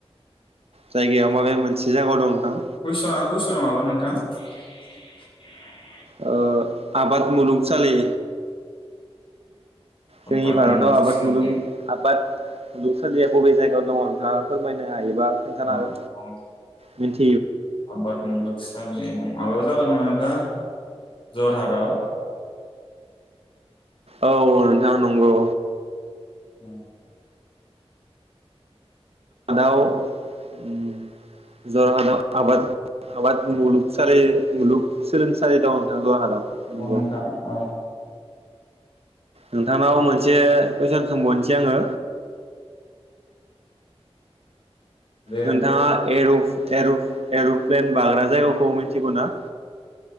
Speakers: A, on the right; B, on the left.
A: जायगायाव माबे मोनसे जायगायाव दं नोंथां?
B: कुइसना कुइसना मामोन नोंथां <inaudible>
A: ओ आबाद मुलुग सालि जोंनि
B: आबाद
A: भारताव
B: मुलुग
A: आबाद
B: सोलों
A: मुलुग आ बाद मुलुगसालिया बबे जायगायाव दंङ नोंथांङा फोरमायनो हायोबा खोन्थाना
B: औ
A: हो
B: औ
A: मिनथ
B: आबाद मुलुगसालि माबायाव जागोन नामा नोंथां जरहाटआव
A: ओ औ नोंथां नंगौ।
B: ओ
A: दाव ओम जरहादाव आबाद आबाद मुलुग सालि मुलुग सोलोंसालि दं नोंथां। जरहाटाव नंगौ
B: औ नोंथां औ
A: नोंथांनाव मोनसे कुइसन सोंबावनोसै आंङो।
B: बे
A: नोंथांङा
B: नोंथां
A: एरुप एरप-एरु'प्लेन बाग्रा जायगाखौ मिथिगौ ना?